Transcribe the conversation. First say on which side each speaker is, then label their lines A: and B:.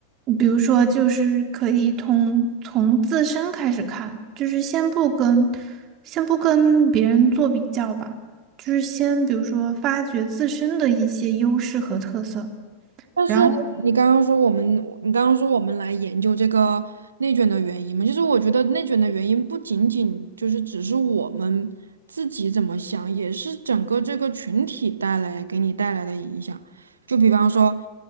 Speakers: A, on the right; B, on the right.
A: 比如说，就是可以从从自身开始看，就是先不跟先不跟别人做比较吧，就是先比如说发掘自身的一些优势和特色，
B: 但是你刚刚说我们，
A: 然后。
B: 你刚刚说我们来研究这个内卷的原因嘛，就是我觉得内卷的原因不仅仅就是只是我们自己怎么想，也是整个这个群体带来给你带来的影响。就比方说，